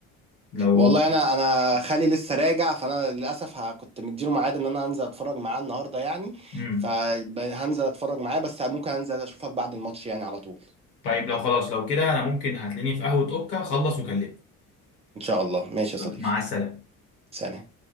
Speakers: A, on the left (about 80°); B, on the right (about 15°).
A: لو
B: والله انا انا خالي لسه راجع فانا للاسف ه- كنت مديله ميعاد ان انا هنزل اتفرج معاه النهارده يعني
A: امم
B: فهنزل اتفرج معاه بس ممكن انزل اشوفك بعد الماتش يعني على طول
A: طيب لو خلاص لو كده انا ممكن هتلاقيني في قهوه اوكا خلص وكلمني
B: ان شاء الله ماشي
A: يلا
B: يا صديقي
A: مع السلامه
B: سلام